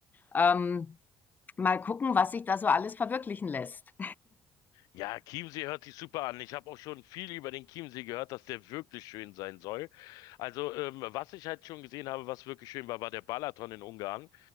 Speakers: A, on the left; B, on the left.
A: Ähm, mal gucken, was sich da so alles verwirklichen lässt.
B: Ja, Chiemsee hört sich super an. Ich habe auch schon viel über den Chiemsee gehört, dass der wirklich schön sein soll. Also, ähm, was ich halt schon gesehen habe, was wirklich schön war, war der Balaton in Ungarn.